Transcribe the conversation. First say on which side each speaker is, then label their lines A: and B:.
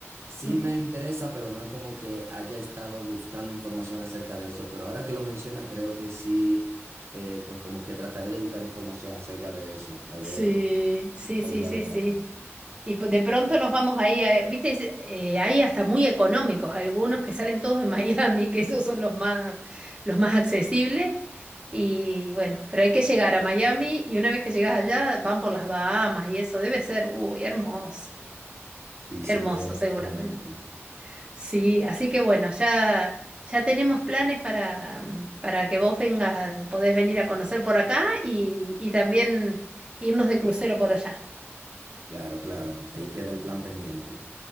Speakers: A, on the right (about 65°); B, on the right (about 20°).
A: Sí
B: <laughs>
A: me interesa, pero no es como que haya estado buscando información acerca de eso, pero ahora que lo mencionan creo que sí, eh, pues como que trataré de buscar información acerca de eso, a ver
B: Sí, sí,
A: cómo podría
B: sí, sí,
A: lograrlo.
B: sí. Y p- de pronto nos vamos ahí, a- eh, viste, es- eh, hay hasta muy económicos, algunos que salen todos de Miami, <laughs> que esos son los más, los más accesibles. Y bueno, pero hay que llegar a Miami y una vez que llegas allá van por las Bahamas y eso debe ser, uy, hermoso,
A: Sí,
B: hermoso
A: sí, debe
B: seguramente.
A: ser muy bonito.
B: Sí, así que bueno, ya, ya tenemos planes para, mm, para que vos vengas, podés venir a conocer por acá y, y también irnos de crucero por allá.
A: Claro, claro, ahí queda el plan pendiente.